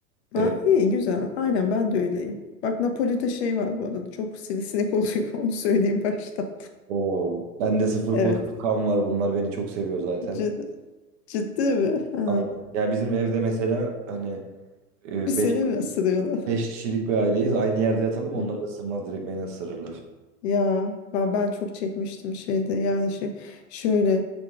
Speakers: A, on the left; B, on the right.
A: Ha,
B: E,
A: iyi güzel. Aynen ben de öyleyim. Bak Napoli'de şey var bu arada. Çok sivrisinek oluyor. <laughs> Onu söyleyeyim baştan.
B: Oo. Bende sıfır
A: Evet.
B: pozitif kan var. Bunlar beni çok seviyor zaten.
A: Ciddi, ciddi mi? Ha.
B: Aynen. Ya bizim evde mesela hani e,
A: Bir seni
B: beş
A: mi ısırıyorlar?
B: kişilik bir aileyiz. Aynı yerde yatalım. Onlar
A: Hı hı.
B: ısırmaz direkt beni ısırırlar.
A: Ya ben, ben çok çekmiştim şeyde. Yani şey şöyle